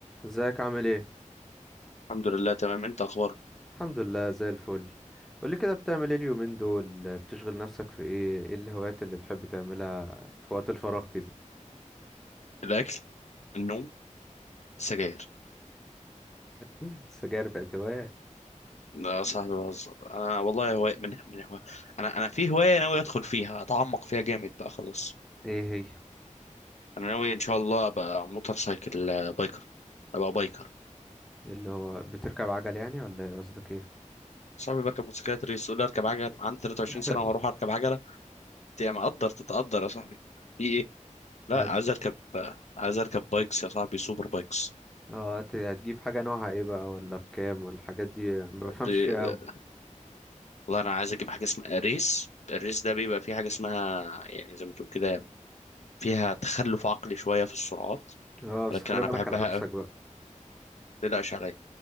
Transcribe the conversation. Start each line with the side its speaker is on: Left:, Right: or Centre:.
Centre: ازيك عامل ايه
Left: الحمد لله تمام انت اخبارك
Centre: الحمد لله زي الفل قولي كده بتعمل ايه اليومين دول بتشغل نفسك في ايه ايه الهوايات اللي بتحب تعملها في وقت الفراغ كده
Left: الاكل النوم السجاير
Centre: <laughs> السجاير بقت هواية
Left: لا يا صاحبي بهزر انا والله هواية من من هواية انا انا في هوايه ناوي ادخل فيها اتعمق فيها جامد بقى خلاص
Centre: <laughs> ايه هي
Left: انا ناوي ان شاء الله ابقى موتور سايكل آه، بايكر ابقى بايكر
Centre: اللي هو بتركب عجل يعني ولا ايه قصدك ايه
Left: صاحبي بركب موتوسيكلات ريس يقول لي اركب عجل عندي 23
Centre: <laughs>
Left: سنه واروح اركب عجله انت يا مقدر تتقدر يا صاحبي في ايه لا
Centre: هت
Left: عايز اركب آه، عايز اركب بايكس يا صاحبي سوبر بايكس
Centre: اه هت... هتجيب حاجة نوعها ايه بقى ولا بكام والحاجات دي ما بفهمش
Left: ب-
Centre: فيها
Left: آه،
Centre: اوي
Left: والله انا عايز اجيب حاجه اسمها ريس الريس ده بيبقى فيه حاجه اسمها يعني زي ما تقول كده فيها تخلف عقلي شوية في السرعات
Centre: اه بس
Left: ولكن
Centre: خلي
Left: أنا
Centre: بالك
Left: بحبها
Centre: على نفسك
Left: أوي
Centre: بقى
Left: متقلقش عليا